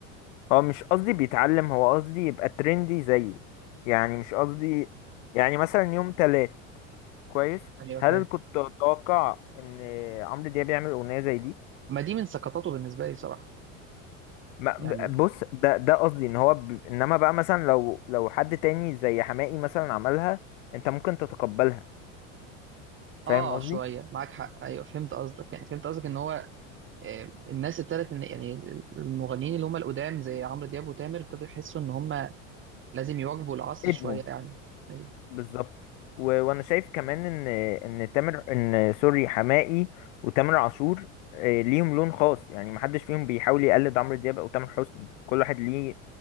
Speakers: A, on the left (about 75°); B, on the right (about 30°).
A: هو مش قصدي بيتعلم هو قصدي يبقى ترندي زيه يعني مش قصدي يعني مثلا يوم تلات كويس
B: يعني ايوه
A: هل
B: فاهم
A: كنت اتوقع ان عمرو دياب يعمل اغنيه زي دي
B: ما دي من سقطاته بالنسبه لي صراحه
A: ما
B: يعني
A: ب- بص ده ده قصدي ان هو ب... انما بقى مثلا لو لو حد تاني زي حماقي مثلا عملها انت ممكن تتقبلها فاهم
B: اه
A: قصدي
B: شويه معاك حق ايوه فهمت قصدك يعني فهمت قصدك ان هو آه، الناس ابتدت ان يعني المغنيين اللي هم القدام زي عمرو دياب وتامر ابتدوا يحسوا ان هم لازم يواكبوا العصر
A: ادمه
B: شوية يعني أيوة.
A: بالظبط و... وانا شايف كمان ان ان تامر ان سوري حماقي وتامر عاشور آه، ليهم لون خاص يعني محدش فيهم بيحاول يقلد عمرو دياب او تامر حسني كل واحد ليه